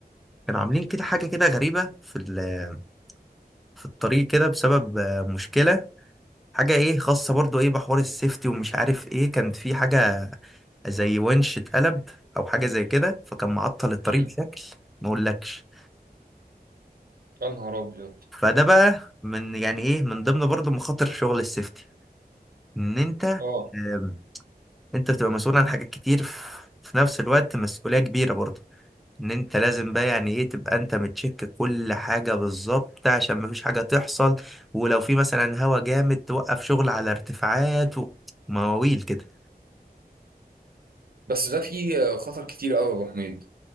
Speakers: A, in the centre; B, on the right.
A: كانوا عاملين كده حاجة كده غريبة في ال- آه، في الطريق كده بسبب آه، مشكلة حاجة ايه خاصة برضو ايه بحوار السيفتي ومش عارف ايه كانت في حاجة زي ونش اتقلب او حاجة زي كده فكان معطل الطريق
B: امم
A: بشكل ما اقولكش
B: يا نهار ابيض
A: فده بقى من يعني ايه من ضمن برضو مخاطر شغل السيفتي ان انت
B: اه
A: آم، انت بتبقى مسؤول عن حاجات كتير في في نفس الوقت مسؤولية كبيرة برضو ان انت لازم بقى يعني ايه تبقى انت متشك كل حاجة بالظبط عشان مفيش حاجة تحصل ولو في مثلا هوا جامد توقف شغل على ارتفاعات ومواويل كده
B: بس ده فيه آه، خطر كتير قوي يا ابو حميد